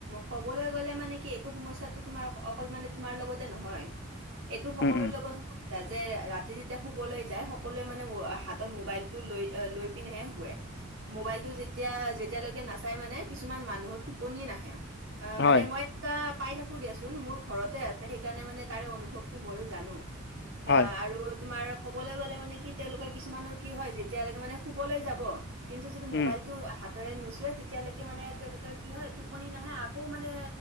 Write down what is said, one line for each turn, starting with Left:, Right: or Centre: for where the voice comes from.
Right: ক'বলে গ'লে মানে কি, এইটো সমস্যটো তোমাৰ অকল মানে তোমাৰ লগতে নহয়। এইটো সকলো
Left: উম উম
Right: লগত হ তাৰ যে ৰাতি যেতিয়া শুবলৈ যায়, সকলোৱে মানে হাতত মোবাইলটো লৈ, লৈ পিনেহে শুৱে।
Left: <inaudible>
Right: মোবাইলটো যেতিয়া যেতিয়ালৈকে নাচাই মানে, কিছুমান মানুহৰ টোপনি নাহে।
Left: হয়
Right: মানে মই পাই থাকো দিয়াচোন, মোৰ ঘৰতে আছে, সেইকাৰণে মানে তাৰে অনুভৱটো ময়ো জানো।
Left: হয়
Right: এ আৰু তোমাৰ। কবলৈ গ'লে মানে কি তেওঁলোকে কিছুমানৰ কি হয়, যেতিয়ালৈকে মানে শুবলৈ যাব। কিন্তু যদি
Left: উম
Right: মোবাইলটো হাতেৰে নুচোৱে তেতিয়ালেকে মানে তেওঁলোকৰ কি হয় টোপনি নাহে, আকৌ মানে